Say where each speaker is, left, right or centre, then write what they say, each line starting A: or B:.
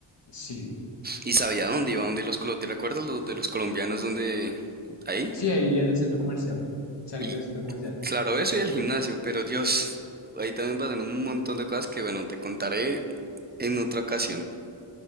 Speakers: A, on the left; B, on the right.
A: Sí.
B: Y sabía dónde iba, donde los, colo- ¿te recuerdas los de los colombianos donde ahí?
A: Sí, ahí en el centro comercial. Saliendo
B: Y
A: del centro comercial.
B: claro, eso y el gimnasio, pero Dios, ahí también pasan un montón de cosas que bueno, te contaré en otra ocasión.